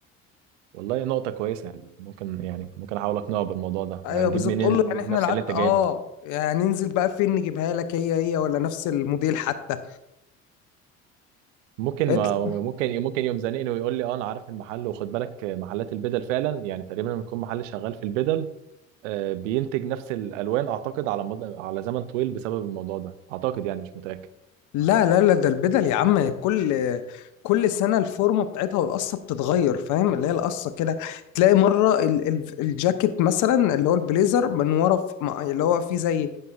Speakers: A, on the right (about 65°); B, on the left (about 45°).
A: والله نقطة كويسة يعني ممكن يعني ممكن أحاول أقنعه بالموضوع ده
B: ايوه
A: ما هنجيب
B: بالظبط
A: منين
B: تقول
A: ال-
B: له يعني احنا
A: نفس
B: العت
A: اللي أنت
B: اه
A: جايبها
B: يعني ننزل بقى فين نجيبها لك هي هي ولا نفس الموديل حتى
A: ممكن
B: قالت لي
A: ممكن ممكن يوم زنقني ويقول لي أه أنا عارف المحل وخد بالك محلات البدل فعلا يعني تقريبا لما يكون محل شغال في البدل آه، بينتج نفس الألوان أعتقد على مدى على زمن طويل بسبب الموضوع ده أعتقد يعني مش متأكد
B: لا لا لا ده البدل يا عم كل كل سنه الفورمه بتاعتها والقصه بتتغير فاهم اللي هي القصه كده تلاقي مره ال ال الجاكيت مثلا اللي هو البليزر من ورا في- م- اللي هو فيه زي